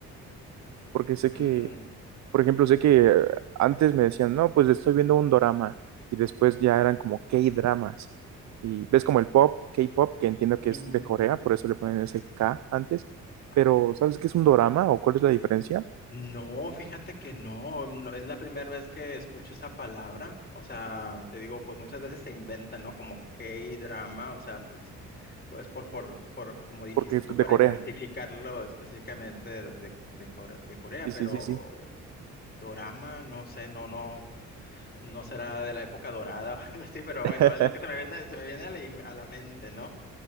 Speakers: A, on the right; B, on the left.
A: Porque
B: Mm,
A: sé que Por ejemplo, sé que antes me decían, no, pues estoy viendo un dorama y después ya eran como K-dramas. Y ves como el pop, K-pop, que entiendo
B: mm,
A: que es de Corea,
B: no.
A: por eso le ponen ese K antes, pero
B: Ándale.
A: ¿sabes qué es un dorama o cuál es la diferencia?
B: No, fíjate que no, no, es la primera vez que escucho esa palabra, o sea, te digo, pues muchas veces se inventan, ¿no? Como K-drama, o sea, pues, pues por, por, por, como dijiste
A: Porque es
B: tú,
A: de
B: para
A: Corea.
B: identificarlo específicamente de, de, de Core- de Corea,
A: Sí,
B: pero
A: sí, sí, sí.
B: dorama, no sé, no, no, no será de la época dorada, <laughs> o algo así, pero bueno,
A: <laughs>
B: es lo que se me viene, se me viene a la, im- a la mente, ¿no?